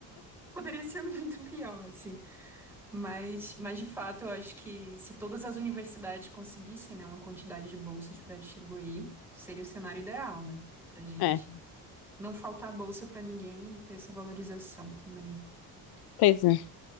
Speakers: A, in the centre; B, on the left.
A: poderia ser <laughs> muito pior, assim. Mas, mas de fato, eu acho que se todas as universidades conseguissem, né, uma quantidade de bolsas para distribuir, seria o cenário ideal, né, pra gente.
B: É,
A: Não faltar bolsa para ninguém e ter essa valorização também.
B: pois é.